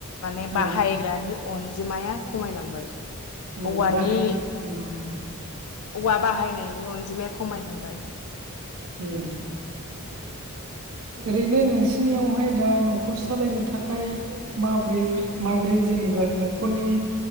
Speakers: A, on the left (about 80°); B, on the right (about 80°).
A: माने
B: ओ
A: बाहायग्रानि अनजिमाया खमायलांबाय।
B: ओ
A: औवानि
B: बाहायगोन नंगौ नंगौ।
A: औवा बाहायनायनि अनजिमाया खमायलांबाय
B: ओम ओरैनो नोंसिनियावहाय दा न'खर सालायनो थाखाय माब्रै माब्रै जेनेबा नख'रनि